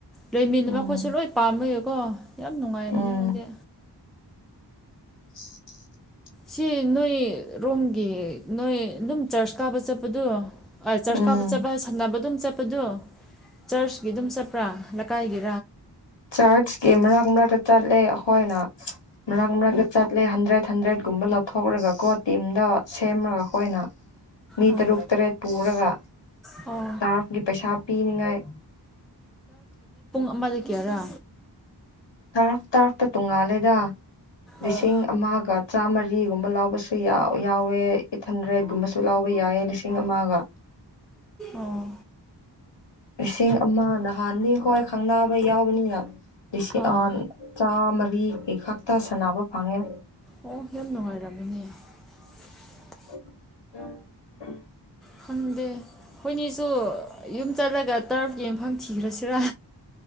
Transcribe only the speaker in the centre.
ꯂꯩꯃꯤꯟꯅ
ꯃꯈꯣꯏꯠꯁꯨ ꯂꯣꯏ ꯄꯥꯝꯃꯌꯦꯀꯣ ꯌꯥꯝ ꯅꯨꯡꯉꯥꯏꯝꯅꯦ
ꯃꯗꯤ
ꯁꯤ ꯅꯣꯏ ꯔꯣꯝꯒꯤ ꯅꯣꯏ ꯑꯗꯨꯝ ꯆꯔꯆ ꯀꯥꯕ ꯆꯠꯄꯗꯣ ꯍ ꯆꯔꯆ
ꯀꯥꯕ ꯆꯠꯄ ꯁꯝꯅꯕ ꯑꯗꯨꯝ ꯆꯠꯄꯗꯨ ꯆꯔꯆꯀꯤ ꯑꯗꯨꯝ ꯆꯠꯄ꯭ꯔꯥ ꯂꯩꯀꯥꯏꯒꯤ
ꯑꯣ
ꯑꯣ
ꯑꯝꯕꯗꯨ ꯀꯔ
ꯑꯣ
ꯑꯣ
ꯑꯥ
ꯑꯣ <unintelligible>
ꯈꯪꯗꯦ ꯍꯣꯏꯅꯤꯁꯨ ꯌꯨꯝ ꯆꯠꯂꯒ ꯇꯔꯐꯀꯤ ꯌꯨꯝꯐꯝ ꯊꯤꯈ꯭ꯔꯁꯤꯔꯥ